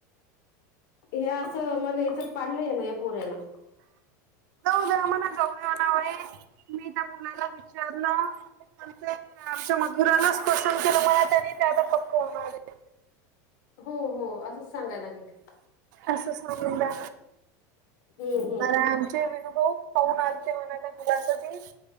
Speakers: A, on the left; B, on the right.
A: हे असं मला याचत पाडलंय ना. या पोऱ्यान.
B: म जाऊ देवा नावे. मी त्या मुलाला विचारलं. आमच्या मधुराला पसंद केलं, मला तरी ते आता पक्क होणार आहे.
A: हो हो असंच सांगायला लागेल.
B: अस सांगून द्या
A: हम्म
B: ना, आमचे विनू भाऊ पाहून आलते म्हणा त्या मुलासाठी